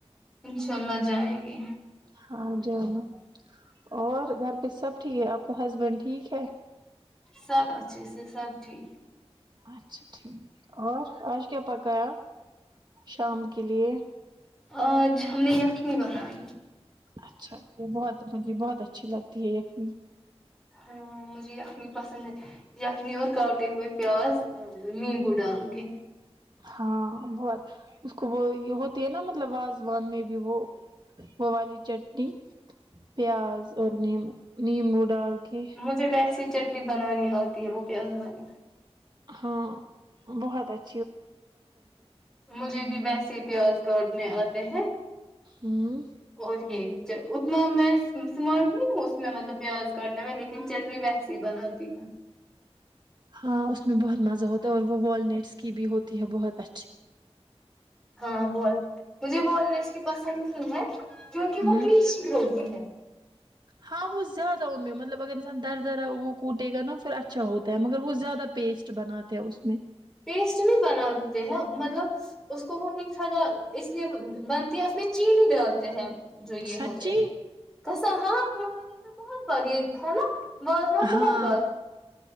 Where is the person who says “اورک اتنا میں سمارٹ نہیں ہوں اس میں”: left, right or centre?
Centre